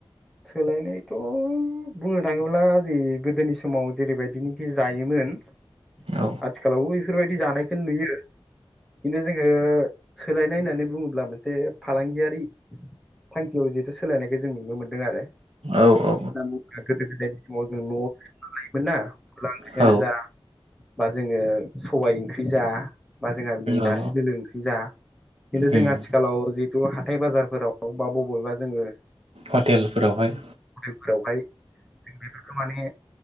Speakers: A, in the centre; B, on the right.
A: सोलायनायथ' बुंनो थाङोब्ला जि गोदोनि समाव जेरैबायदिनोखि जायोमोन
B: औ
A: आथिखालावबो बेफोरबायदि जानायखौ नुयो। खिन्थु जोङो सोलायनाय होननानै बुङोब्ला मोनसे फालांगियारि थांखियाव जिहेथु सोलायनायखौ जों नुनो मोनदों आरो।
B: औ
A: <unintelligible>
B: औ
A: गोदो गोदायनि समाव जों न'आव <unintelligible> ना अनला ओंख्रियानो
B: औ
A: जा बा जोङो सबाय ओंख्रि जा, बा जोंहा बे नारजि
B: औ
A: दोलो ओंख्रि जा, खिन्थु
B: उम
A: जों आथिखालाव जिहेथु हाथाय बाजारफोराव बा बबेबा जोङो
B: हटेलफोरावहाय
A: फोरावहाय जों बेफोरखौ माने